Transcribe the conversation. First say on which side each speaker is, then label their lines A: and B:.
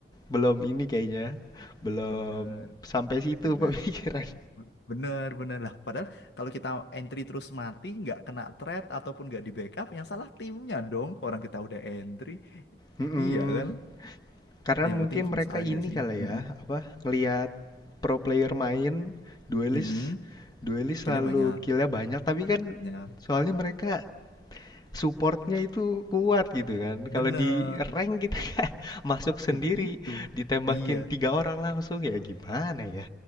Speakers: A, on the left (about 25°); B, on the left (about 70°).
A: belum ini kayaknya, belum
B: Bener,
A: sampai situ
B: bener,
A: <laughs> pemikiran.
B: bener, bener lah. Padahal kalau kita entry terus mati, nggak kena threat ataupun nggak di backup, yang salah timnya dong. Orang kita udah entry,
A: Mhm.
B: iya kan?
A: Karena
B: Yang
A: mungkin
B: penting comms
A: mereka
B: aja
A: ini
B: sih.
A: kali
B: Mm-mm.
A: ya, apa ngelihat pro player main duelist
B: Mm-mm.
A: duelist
B: Killnya
A: selalu
B: banyak.
A: killnya banyak tapi kan
B: Ya,
A: soalnya mereka supportnya itu kuat gitu kan.
B: bener.
A: Kalau di rank kita <laughs> kan masuk sendiri
B: Ya begitu.
A: ditembakin
B: Iya,
A: tiga orang langsung ya gimana ya.